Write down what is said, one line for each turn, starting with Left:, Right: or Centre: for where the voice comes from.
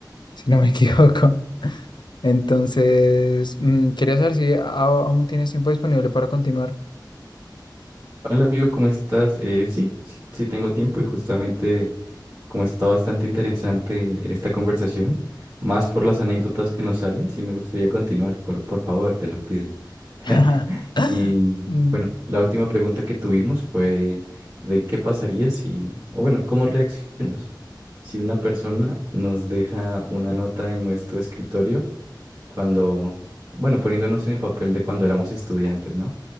Left: si no me <laughs> equivoco. Entonces, mm, quería saber si a- aún tienes tiempo disponible para continuar.
Right: Hola amigo, ¿cómo estás? Eh, sí, sí, sí tengo tiempo y justamente como está bastante interesante esta conversación, más por las anécdotas que nos salen, sí me gustaría continuar, por, por favor, te lo pido. <laughs>
Left: <clears throat> <laughs>
Right: Y
Left: Mm,
Right: la última pregunta que tuvimos fue de qué pasaría si, o bueno, cómo reaccionamos si una persona nos deja una nota en nuestro escritorio cuando, bueno, poniéndonos en el papel de cuando éramos estudiantes, ¿no?